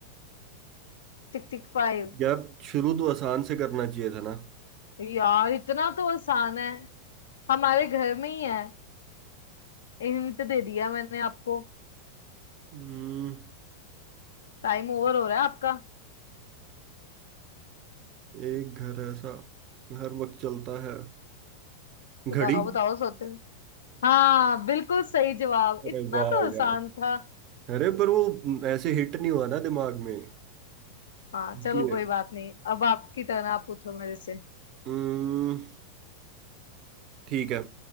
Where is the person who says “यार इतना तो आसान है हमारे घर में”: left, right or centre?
Left